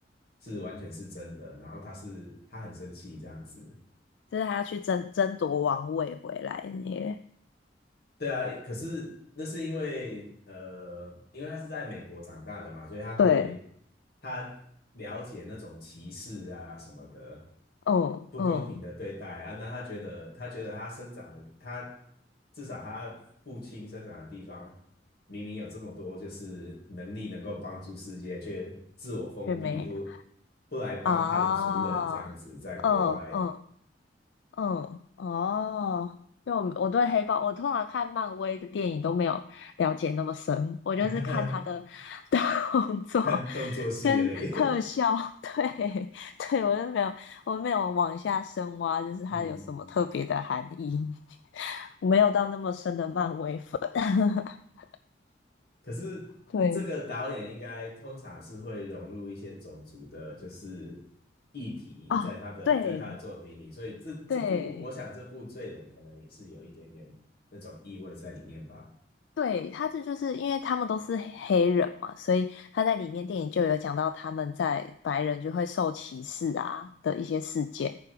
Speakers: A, on the left (about 60°); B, on the left (about 80°).
A: 是完全是真的，然后他是他很生气这样子，
B: 就是他要去争争夺王位回来的那个，
A: 对啊，可是那是因为呃，因为他是在美国长大的嘛，所以他会
B: 对，
A: 他了解那种歧视啊什么的
B: 嗯嗯，
A: 不公平的对待啊，那他觉得他觉得他生长的他至少他父亲生长的地方明明有这么多就是能力能够帮助世界，却自我封闭不
B: 却没
A: 不来帮他的族人这样子，
B: 啊，
A: 在国外
B: 哦嗯嗯。嗯，哦，因为我我对黑豹，我通常看漫威的电影都没有了解那么深，我就是看他的
A: <laughs>
B: <laughs> 动作
A: 看动作戏而已。
B: 跟特效，
A: <laughs>
B: 对对，我就没有我没有往下深挖，就是它有什么特别的含义，
A: 嗯，
B: 没有到那么深的漫威粉。<laughs>
A: 可是这个导演应该通常是会融入一些种族的，
B: 对
A: 就是议题在他的在他的作品里，
B: 啊，对
A: 所以这这部我想这部《罪人》可能也是有一点点那种意味在里面吧。
B: 对，对，他这就是因为他们都是黑人嘛，所以他在里面电影就有讲到他们在白人就会受歧视啊的一些事件，